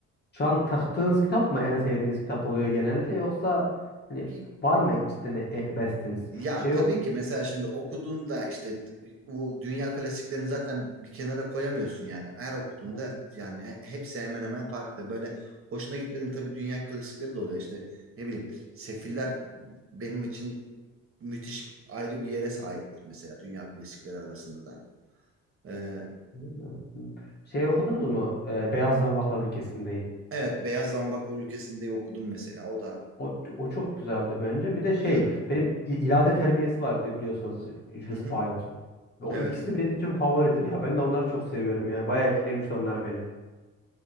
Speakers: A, on the left; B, on the right.
A: Şu an taktığınız kitap mı en sevdiğiniz kitap oluyor genelde yoksa
B: Bir-
A: hani var mı cidden e- e- bestiniz?
B: ya
A: Şey
B: tabii
A: yok.
B: ki mesela şimdi okuduğunda işte bu dünya klasiklerini zaten bir kenara koyamıyorsun yani. Her okuduğunda
A: Hı
B: yani he- hepsi hemen hemen farklı. Böyle hoşuna gitmediğin tabii dünya klasikleri de oluyor işte. Ne bileyim Sefiller benim için müthiş ayrı bir yere sahiptir mesela dünya klasikleri arasında da. Ee,
A: hı. Şey okudunuz mu? e, Beyaz Zanvaklar Ülkesinde'yi.
B: evet Beyaz Zambaklar Ülkesi'ndeyi okudum mesela. O da
A: O, o çok güzeldi bence. Bir de
B: çok
A: şey,
B: güzel.
A: benim i- irade terbiyesi var bir de biliyorsanız Jules
B: Hı hı.
A: Bayot'un. Ve o
B: Evet.
A: ikisi benim için favoridir ya. Ben de onları çok seviyorum yani. Bayağı etkilemişti onlar beni.